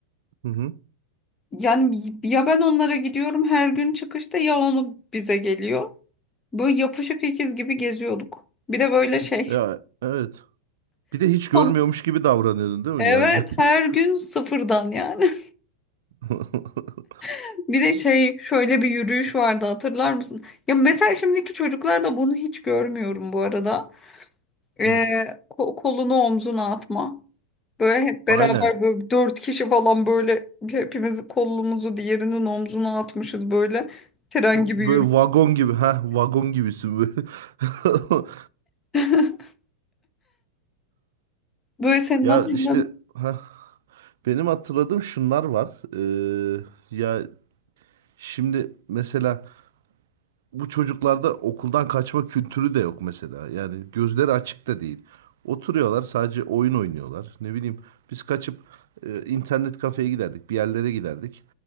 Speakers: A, on the right; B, on the left.
A: Hı hı.
B: Yani ya ben onlara gidiyorum her gün çıkışta ya onu bize geliyor. Böyle yapışık ikiz gibi geziyorduk. Bir de böyle şey.
A: Ya evet. Bir de hiç görmüyormuş
B: <laughs>
A: gibi davranıyordun değil mi?
B: Evet
A: Yani böyle.
B: her gün sıfırdan yani.
A: <laughs>
B: <laughs> Bir de şey şöyle bir yürüyüş vardı hatırlar mısın? Ya mesela şimdiki çocuklarda bunu hiç görmüyorum bu arada. Ee,
A: Hı.
B: ko- kolunu omzuna atma. Böyle hep beraber
A: Aynen.
B: böyle dört kişi falan böyle hepimiz kolumuzu diğerinin omzuna atmışız böyle tren gibi
A: Böyle
B: yürü.
A: vagon gibi. Ha, vagon gibisin böyle. <laughs>
B: <laughs> Böyle senin
A: Ya
B: hatırladığın
A: işte ha benim hatırladığım şunlar var. Ee, ya şimdi mesela bu çocuklarda okuldan kaçma kültürü de yok mesela. Yani gözleri açık da değil. Oturuyorlar sadece oyun oynuyorlar. Ne bileyim biz kaçıp e, internet kafeye giderdik, bir yerlere giderdik.